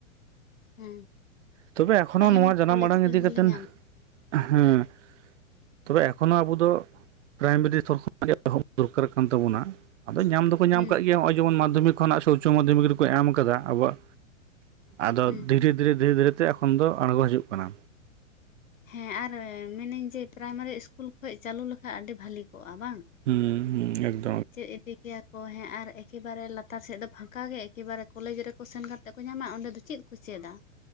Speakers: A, on the left; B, on the right.
A: ᱦᱮᱸ
B: ᱛᱚᱵᱮ ᱮᱠᱷᱚᱱᱚ
A: ᱟᱞᱮ
B: ᱱᱚᱣᱟ
A: ᱢᱟ
B: ᱡᱟᱱᱟᱢ
A: ᱠᱚᱞᱮᱡᱽ
B: ᱟᱲᱟᱝ
A: ᱨᱮᱞᱮ
B: ᱤᱫᱤ ᱠᱟᱛᱮᱱ
A: ᱧᱟᱢ
B: ᱦᱮᱸ᱾ ᱛᱚᱵᱮ ᱮᱠᱷᱚᱱᱚ ᱟᱵᱩ ᱫᱚ ᱯᱨᱟᱭᱢᱟᱨᱤ ᱮᱥᱛᱚᱨ ᱠᱷᱚᱱᱟᱜ ᱜᱮ ᱮᱦᱚᱵ ᱫᱚᱨᱠᱟᱨ ᱠᱟᱱ ᱛᱟᱵᱚᱱᱟ, ᱟᱫᱚ ᱧᱟᱢ ᱫᱚ ᱠᱩ ᱧᱟᱢ
A: ᱦᱩᱸ
B: ᱠᱟᱜ ᱜᱮᱭᱟ, ᱦᱚᱼᱚᱭ ᱡᱮᱢᱚᱱ ᱢᱟᱫᱽᱫᱷᱚᱢᱤᱠ ᱠᱷᱚᱱᱟᱜ ᱥᱮ ᱩᱪᱪᱚ ᱢᱟᱫᱽᱫᱷᱚᱢᱤᱠ ᱨᱮᱠᱚ ᱮᱢ ᱟᱠᱟᱫᱟ, ᱟᱵᱚᱣᱟᱜ ᱟᱫᱚ
A: ᱦᱩᱸ
B: ᱫᱷᱤᱨᱮ ᱫᱷᱤᱨᱮ ᱫᱷᱤᱨᱮ ᱫᱷᱤᱨᱮ ᱛᱮ ᱮᱠᱷᱚᱱ ᱫᱚ ᱟᱬᱜᱚ ᱦᱤᱡᱩᱜ ᱠᱟᱱᱟ᱾
A: ᱦᱮᱸ, ᱟᱨ ᱢᱮᱱᱤᱧ ᱡᱮ ᱯᱨᱟᱭᱢᱟᱨᱤ ᱤᱥᱠᱩᱞ ᱠᱷᱚᱡ ᱪᱟᱹᱞᱩ ᱞᱮᱠᱷᱟᱜ ᱟᱹᱰᱤ ᱵᱷᱟᱹᱞᱤ ᱠᱚᱜᱼᱟ ᱵᱟᱝ᱾
B: ᱦᱩᱸᱻ ᱮᱠ
A: ᱪᱮᱜ ᱮᱫᱤ? ᱠᱮᱭᱟ ᱠᱚ ᱦᱮᱸ ᱟᱨ ᱮᱠᱤᱵᱟᱨᱮ ᱞᱟᱛᱟᱨ ᱥᱮᱜ ᱫᱚ ᱯᱷᱟᱸᱠᱟ ᱜᱮ ᱮᱠᱤᱵᱟᱨᱮ ᱠᱚᱞᱮᱡᱽ ᱨᱮᱠᱚ ᱥᱮᱱ ᱠᱟᱛᱮᱜ ᱠᱚ ᱧᱟᱢᱟ, ᱚᱸᱰᱮ ᱫᱚ ᱪᱤᱫ ᱠᱚ ᱪᱮᱫᱟ